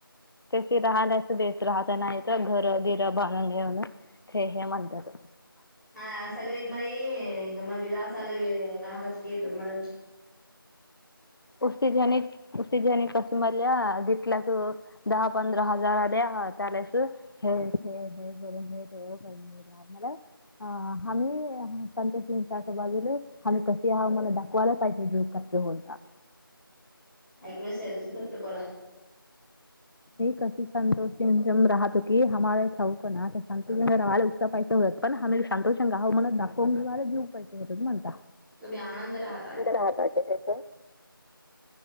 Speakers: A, on the left; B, in the centre.
A: कशी राहलास बेस राहत नाही तर घर गिर बां अंगे म्हंतत
B: हा सगळी म त विलासाला राहतात की तमर
A: उतझने उिझ्याने कसमल्या घेतला त दहा पंधरा हजार द्या त्यालास हे करून हे करून मला अ हम्ही संतोषींच्या बाजूला आम्ही कशी आह मला दाखवायला पाहिजे जो खर्च होलता
B: ऐकूच घट्ट बोला
A: कसे संतोष जम राहत हो कीमे ना संतोषे उत्सा पा पण हम संतोष अंगाह मनत दाखवेे जीव पायचं होत म्हणता
B: तुमी आनंद राह
A: राहत त्याच